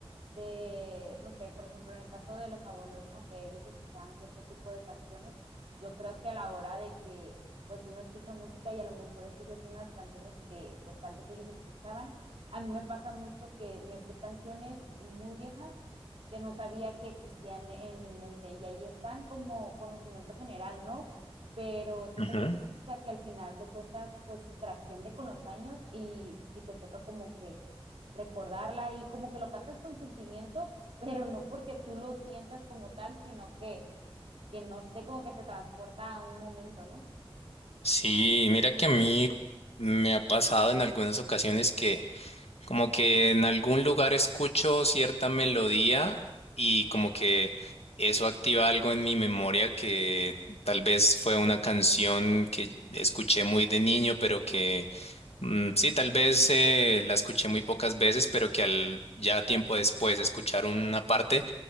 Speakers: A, on the right; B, on the left.
A: de, no sé, por ejemplo, en el caso de los abuelos, ¿no? Que ellos escuchaban cierto tipo de canciones, yo creo que a la hora de que pues uno escucha música y a lo mejor escuchas unas canciones que pues tal vez ellos escuchaban. A mí me pasa mucho que me sé canciones muy viejas que no sabía que existían en mi mente y ahí están como conocimiento general, ¿no? Pero siento
B: Ujú.
A: que es música que al final de cuentas pues trasciende con los años y, y te toca como que recordarla y como que lo cantas con sentimiento, <laughs> pero no porque tú lo sientas como tal, sino que, que no sé, como que te transporta a un momento, ¿no?
B: Sí, mira que a mí me ha pasado en algunas ocasiones que Como que en algún lugar escucho cierta melodía y como que eso activa algo en mi memoria que tal vez fue una canción que escuché muy de niño, pero que mm, sí, tal vez eh, la escuché muy pocas veces, pero que al ya tiempo después escuchar una parte